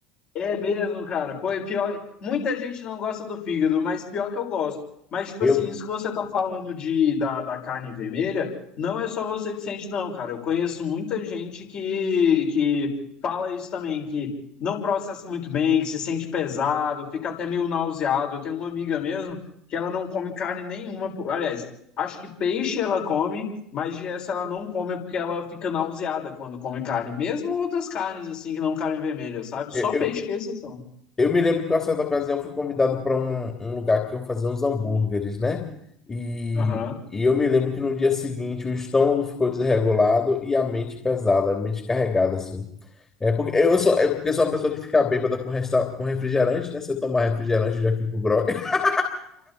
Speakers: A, on the left; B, on the left.
A: É mesmo, cara. Pô, e pior. Muita gente não gosta do fígado, mas pior que eu gosto. Mas, tipo
B: Eu,
A: assim, isso que você tá falando de, da, da carne vermelha, não é só você que sente, não, cara. Eu conheço muita gente que, que fala isso também, que não processa muito bem, que se sente pesado, fica até meio nauseado. Eu tenho uma amiga mesmo que ela não come carne nenhuma. pô, Aliás, acho que peixe ela come mas de essa ela não come porque ela fica nauseada quando come carne. Mesmo outras carnes, assim, que não carne vermelha, sabe? Só
B: eu,
A: peixe que é exceção.
B: Eu me lembro que uma certa ocasião fui convidado para um, um lugar que eu fazia uns hambúrgueres, né? E,
A: Aham.
B: e eu me lembro que no dia seguinte o estômago ficou desregulado e a mente pesada, a mente carregada, assim. É porque eu sou, é porque eu sou uma pessoa que fica bêbada com, resta, com refrigerante, né? Se eu tomar refrigerante, eu já fico grogue. <laughs>